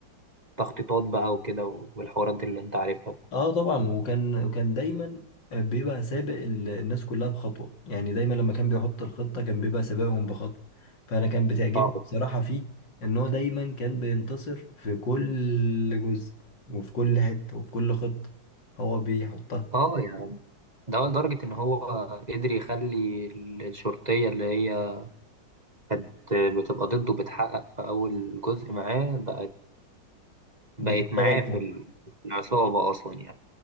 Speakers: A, on the right; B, on the left.
A: تخطيطات بقى وكده والحوارات دي اللي أنت عارفها
B: اه طبعا وكان وكان دايما بيبقى سابق ال- الناس كلها بخطوة يعني دايما لما كان بيحط الخطة كان بيبقى سابقهم بخطوة فأنا كان بتعجبني
A: اه
B: بصراحة فيه إن هو دايما كان بينتصر في كل جزء وفي كل حتة وفي كل خطة هو بيحطها
A: اه يعني ده لدرجة إن هو قدر يخلي الشرطية اللي هي كانت بتبقى ضده بتحقق في أول جزء معاه بقت
B: بتشتغل
A: بقت معاه في ال- في العصابة أصلا يعني